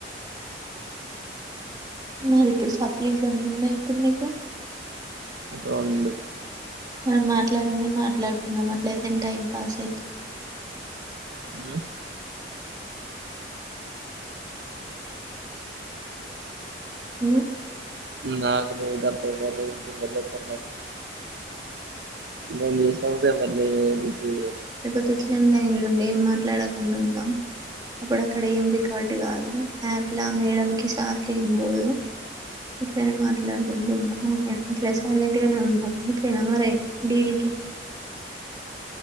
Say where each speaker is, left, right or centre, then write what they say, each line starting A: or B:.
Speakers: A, on the right (about 20°); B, on the right (about 65°).
A: మరి ఇప్పుడు సప్లీస్ ఎన్నన్నాయి ఇప్పుడు నీకు
B: రెండు
A: మనం మాట్లాడిందే మాట్లాడుకుందాం అట్లయితే టైం పాస్ అయితా
B: హు
A: హు
B: నాకు నువ్వు తప్ప ఎవరు చేస్తారు ఎవ్వరు చేయతారు నేను చేసిన కూడా ఎవ్వరు లిఫ్ట్ చేయరు
A: లేకపోతే ఇట్లనే లైన్లుండి ఏం మాట్లాడకుండా ఉందాం అప్పుడు అక్కడ ఏం రికార్డు కాదు యాప్లా వేయడంకీ సార్కీ ఏం పోదు ఇట్లనే మాట్లాడకుండా ఉందాం ఓకేనా ఇట్లా సైలెంట్ గానే ఉందాం ఓకేనా మరి డీల్ కి